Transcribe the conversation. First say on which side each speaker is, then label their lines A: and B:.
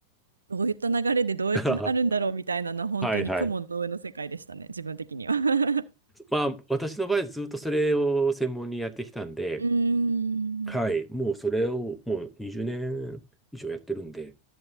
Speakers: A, on the right; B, in the centre.
A: どういった流れでどうやってなるんだろうみたいなのは本当に雲の上の世界でしたね、
B: <laughs> はい、はい。
A: 自分的には。<laughs>
B: まあ、私の場合ずっとそれを専門にやってきたんで、
A: うーん。
B: はい。もうそれをもう20年以上やってるんで、